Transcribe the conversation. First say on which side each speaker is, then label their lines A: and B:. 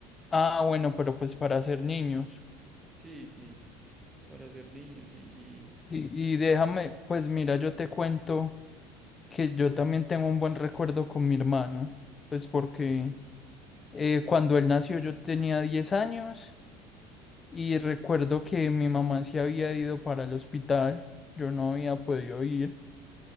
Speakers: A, on the left (about 30°); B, on the right (about 20°).
A: Ah, bueno, pero pues para ser niños.
B: Sí, sí, para ser niños y, y
A: Y, y déjame, pues mira, yo te cuento que yo también tengo un buen recuerdo con mi hermano, pues porque eh, cuando él nació yo tenía 10 años y recuerdo que mi mamá se había ido para el hospital, yo no había podido ir.